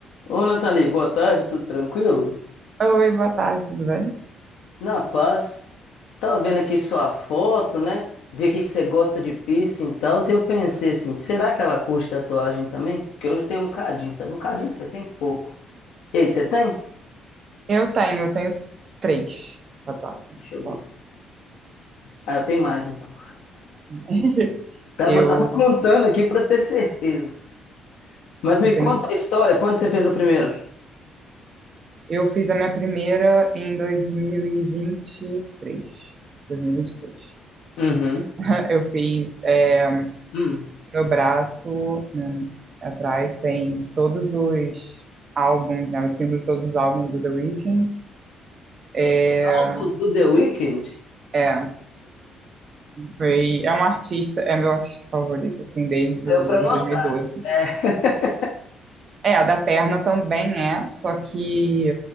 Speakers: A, on the left; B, on the right.
A: Ô, Nathalie, boa tarde, tudo tranquilo?
B: Oi, boa tarde, tudo bem?
A: Na paz. Tava vendo aqui sua foto, né? Vi aqui que você gosta de piercing e tal. E eu pensei assim, será que ela curte tatuagem também? Porque hoje tem um cadinho, sabe? Um cadinho você tem pouco. E aí, você tem?
B: Eu tenho, eu tenho três tatuagens.
A: Deixa eu
B: só.
A: ver. Ah, eu tenho mais então.
B: <laughs>
A: Tava,
B: Eu,
A: tava <laughs> contando aqui pra ter certeza. Mas me
B: eu tenho,
A: conta a história, quando você fez a primeira?
B: eu fiz a minha primeira em 2023. 2023.
A: Uhum.
B: <laughs> Eu fiz é,
A: Hum.
B: meu braço hum, atrás tem todos os álbuns, né? Os símbolos de todos os álbuns do The Weeknd. É,
A: Álbuns do The Weeknd?
B: é, foi, é um artista, é meu artista favorito, assim, desde do,
A: Deu pra
B: de
A: notar,
B: 2012.
A: né? <laughs>
B: É, a da perna também é, só que